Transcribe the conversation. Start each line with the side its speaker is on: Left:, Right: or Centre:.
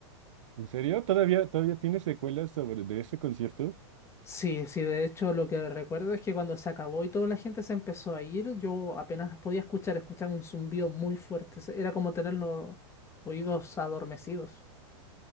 Right: ¿en serio? ¿Todavía, todavía tienes secuelas sobre de ese concierto?
Left: Sí, sí, de hecho lo que recuerdo es que cuando se acabó y toda la gente se empezó a ir, yo apenas podía escuchar, escuchaba un zumbido muy fuerte. Se- Era como tener los oídos adormecidos.